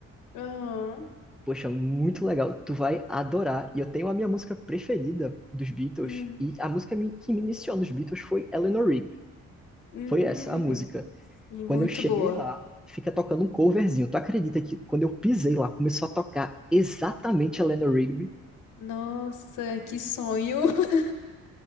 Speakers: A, on the left; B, in the centre.
A: Aham.
B: Poxa, muito legal. Tu vai adorar. E eu tenho a minha música preferida dos Beatles
A: Hum.
B: e a música me- que me iniciou nos Beatles foi Eleanor Rigby.
A: Hum.
B: Foi essa a música.
A: Sim,
B: Quando
A: muito
B: eu cheguei
A: boa.
B: lá, fica tocando um coverzinho. Tu acredita que quando eu pisei lá, começou a tocar exatamente Eleanor Rigby?
A: Nossa, que sonho. <laughs>